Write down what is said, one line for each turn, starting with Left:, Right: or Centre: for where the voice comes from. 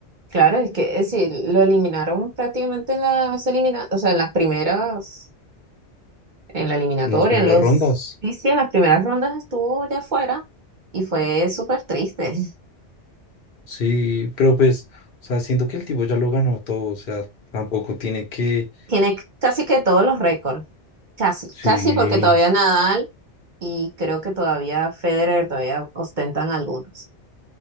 Right: claro, es que es decir, lo eliminaron prácticamente en las elimina, o sea, en las primeras, en la eliminatoria,
Left: en las primeras
Right: en los,
Left: rondas.
Right: sí, sí, en las primeras rondas estuvo ya fuera y fue súper triste.
Left: Sí, pero pues, o sea, siento que el tipo ya lo ganó todo, o sea, tampoco tiene que...
Right: Tiene c- casi que todos los récords, casi,
Left: Sí,
Right: casi porque todavía Nadal y creo que todavía Federer todavía ostentan algunos.